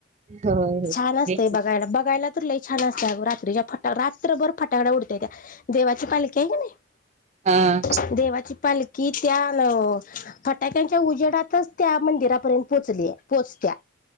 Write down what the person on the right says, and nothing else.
होय होय.
हा